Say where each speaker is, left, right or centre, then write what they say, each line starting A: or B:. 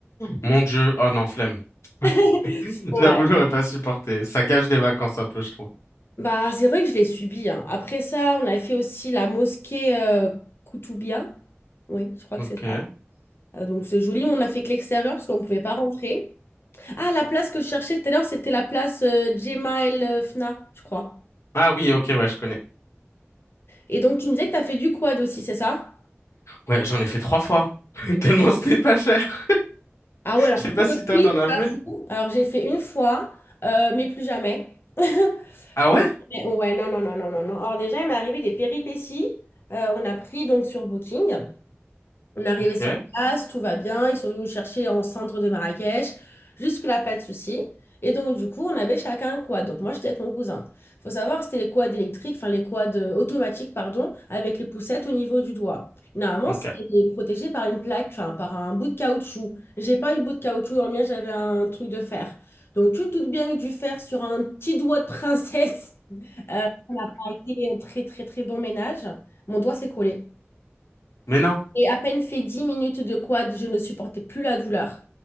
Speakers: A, on the left; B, on the left.
A: Mon Dieu. Oh non, flemme.
B: <laughs>
A: <laughs>
B: Ouais.
A: J'avoue, j'aurais pas supporté. Ça gâche des vacances un peu, je trouve.
B: Bah, c'est vrai que je l'ai subi. hein. Après ça, on avait fait aussi la mosquée euh, Koutoubia. Oui, je crois
A: Ok.
B: que c'est ça. Euh, donc, c'est joli. On n'a fait que l'extérieur parce qu'on ne pouvait pas rentrer. Ah, la place que je cherchais tout à l'heure, c'était la place euh, Jemaa El euh, Fna, je crois.
A: Ah oui, ok, ouais, je connais.
B: Et donc, tu me disais que tu as fait du quad aussi, c'est ça?
A: Ouais, j'en ai fait trois fois. <laughs> Tellement c'était pas cher.
B: Ah
A: <laughs>
B: ouais, alors
A: Je sais pas
B: pour
A: si
B: le
A: toi t'en as fait.
B: coup, alors j'ai fait une fois, euh, mais plus jamais. <laughs>
A: Ah
B: Plus
A: ouais?
B: jamais. Ouais, non, non, non, non, non, non. Alors déjà, il m'est arrivé des péripéties. Euh, on a pris donc sur Booking. On est arrivé
A: Ok.
B: sur place, tout va bien. Ils sont venus nous chercher en centre de Marrakech. Jusque-là, pas de souci. Et donc, du coup, on avait chacun un quad. Donc, moi, j'étais avec mon cousin. faut savoir que c'était les quads électriques, enfin, les quads euh, automatiques, pardon, avec les poussettes au niveau du doigt. Normalement,
A: Ok.
B: c'est protégé par une plaque, enfin, par un bout de caoutchouc. J'ai pas eu le bout de caoutchouc, dans le mien, j'avais un truc de fer. Donc, tu te doutes bien que du fer sur un petit doigt de princesse, euh, on a pris un très, très, très bon ménage. Mon doigt s'est collé.
A: Mais non.
B: Et à peine fait 10 minutes de quad, je ne supportais plus la douleur.